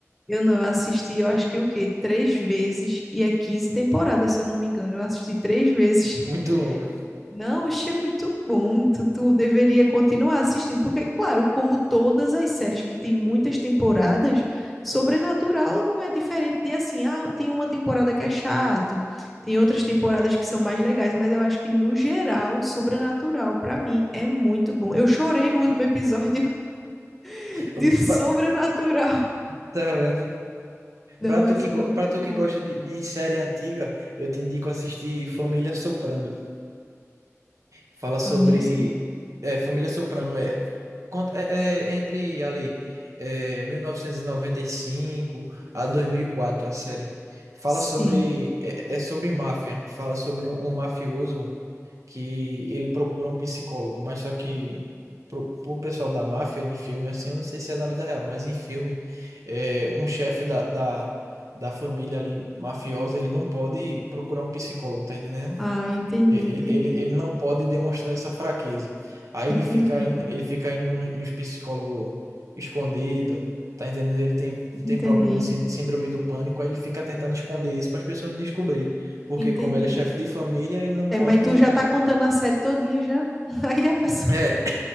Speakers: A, in the centre; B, on the right.
A: Eu não, eu assisti, eu acho que o quê? Três vezes e é 15 temporadas, se eu não me engano. Eu assisti três vezes.
B: Muito longa.
A: Não, achei muito bom. Tu, tu deveria continuar assistindo, porque, claro, como todas as séries que tem muitas temporadas, Sobrenatural não é diferente de assim, ah, tem uma temporada que é chato, tem outras temporadas que são mais legais, mas eu acho que, no geral, Sobrenatural, pra mim, é muito bom. Eu chorei no último episódio <laughs> de
B: Eu-
A: Sobrenatural.
B: pa- Tá vendo?
A: Não,
B: Pra tu
A: é assim,
B: que,
A: muito
B: para tu
A: bom.
B: que gosta de, de série antiga, eu te indico assistir Família Soprano. Fala sobre
A: Família, sim.
B: é, Família Soprano é, conta- é, é entre ali é, 1995 a 2004 a série. Fala
A: Sim.
B: sobre é, é sobre máfia. Fala sobre um, um mafioso que ele procura um psicólogo, mas só que pro, pro pessoal da máfia em filme assim, eu não sei se é na vida real, mas em filme é, um chefe da, da da família ali mafiosa, ele não pode procurar um psicólogo, tá entendendo?
A: Ah, entendi,
B: Ele,
A: entendi.
B: ele, ele não pode demonstrar essa fraqueza. Aí
A: Entendi,
B: ele fica indo, ele fica indo nos, nos psicólogos escondido, tá entendendo? Ele tem, tem
A: entendi.
B: problema de sínd- síndrome do pânico, aí ele fica tentando esconder isso para as pessoas não descobrir. Porque
A: Entendi.
B: como ele é chefe de família, ele não
A: É,
B: pode.
A: mas tu já tá contando a série todinha já. <laughs> Aí a pessoa
B: É,